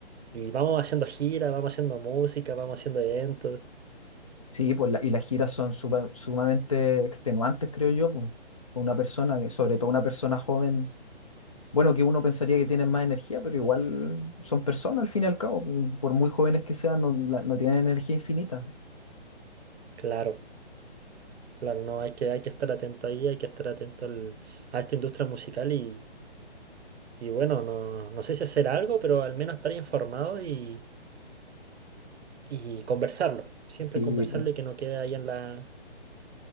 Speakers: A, on the right (about 75°); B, on the left (about 30°).
A: y vamos haciendo giras, vamos haciendo música, vamos haciendo eventos.
B: Sí, pues la- y las giras son supa- sumamente extenuantes, creo yo. pues. Una persona, y sobre todo una persona joven, bueno, que uno pensaría que tienen más energía, pero igual son personas al fin y al cabo, pues, por muy jóvenes que sean, no, la- no tienen energía infinita.
A: Claro, claro, no, hay que, hay que estar atento ahí, hay que estar atento al- a esta industria musical y Y bueno, no, no sé si hacer algo, pero al menos estar informado y, y conversarlo. Siempre
B: Y
A: conversarlo
B: pues,
A: y que no quede ahí en la,